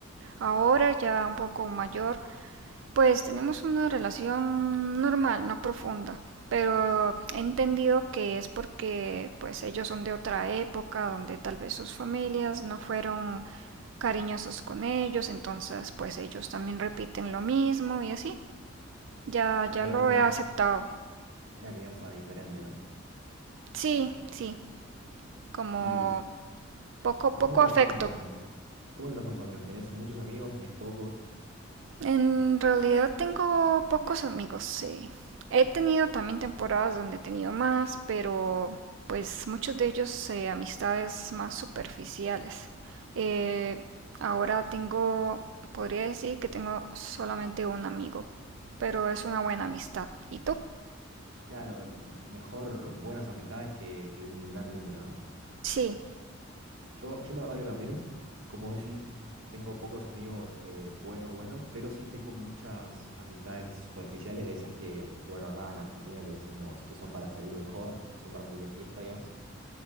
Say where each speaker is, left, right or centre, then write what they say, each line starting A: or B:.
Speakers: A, on the right; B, on the right.
A: ahora ya un poco mayor, pues tenemos una relación normal, no profunda, pero he entendido que es porque pues ellos son de otra época donde tal vez sus familias no fueron cariñosos con ellos, entonces pues ellos también repiten lo mismo y así. Ya, ya
B: Claro,
A: lo
B: una crianza,
A: he aceptado.
B: una crianza diferente, ¿no?
A: Sí, sí, como
B: Y,
A: poco,
B: ¿Y
A: poco
B: cómo te
A: afecto.
B: llevas con tus amigos? ¿Cómo te llevas con tus amigos? ¿Tenés muchos amigos? ¿Tenés pocos?
A: En realidad tengo pocos amigos, sí. He tenido también temporadas donde he tenido más, pero pues muchos de ellos eh, amistades más superficiales. Eh, ahora tengo, podría decir que tengo solamente un amigo, pero es una buena amistad. ¿Y tú?
B: Claro, m- mejor buenas amistades que, que un gran número, ¿no?
A: Sí,
B: Yo, yo la verdad que también, como vos decís, tengo pocos amigos eh, buenos, buenos, pero sí tengo muchas amistades superficiales de esas que, bueno, acá en Argentina le decimos que son para salir de joda, que son para salir de fiesta, digamos.